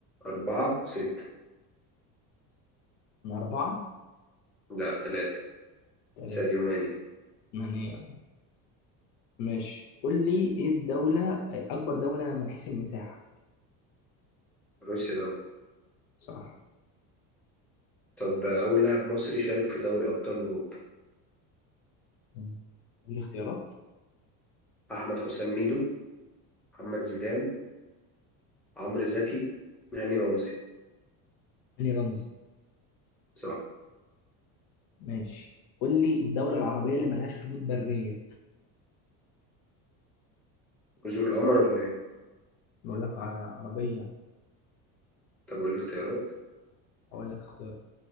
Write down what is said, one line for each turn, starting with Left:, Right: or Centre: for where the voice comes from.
Centre: أربعة ستة
Left: من أربعة
Centre: لا تلاتة
Left: ثلاثة
Centre: ساديو ماني
Left: ثمانية ماشي قول لي إيه الدولة أكبر دولة من حيث المساحة
Centre: روسيا طبعا
Left: صح
Centre: طب آه، أول لاعب مصري شارك في دوري أبطال أوروبا
Left: مم. قول لي اختيارات
Centre: أحمد حسام ميدو محمد زيدان عمرو زكي هاني رمزي
Left: هاني رمزي
Centre: صح
Left: ماشي قول لي الدولة العربية اللي ملهاش حدود برية
Centre: جزر القمر ولا إيه؟
Left: بقول لك ع- عربية
Centre: طب قول لي اختيارات
Left: أقول لك اختيار